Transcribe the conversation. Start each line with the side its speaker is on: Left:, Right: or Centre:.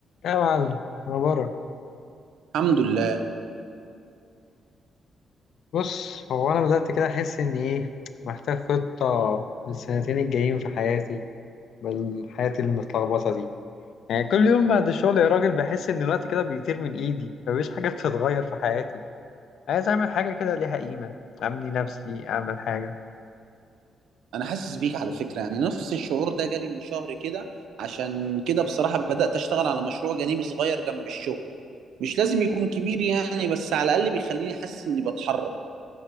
Left: يا معلم مبارك
Right: الحمد لله
Left: بص هو أنا بدأت كده أحس إن إيه محتاج خطة للسنتين الجايين في حياتي بل حياتي المتلخبطة دي يعني كل يوم بعد الشغل يا راجل بحس إن الوقت كده بيطير من إيدي مفيش حاجة بتتغير في حياتي عايز أعمل حاجة كده ليها قيمة أبني نفسي أعمل حاجة
Right: انا حاسس بيك على فكره يعني نفس الشعور ده جالي من شهر كده عشان كده بصراحه بدات اشتغل على مشروع جانبي صغير جنب الشغل مش لازم يكون كبير يعني بس على الاقل بيخليني حاسس اني بتحرك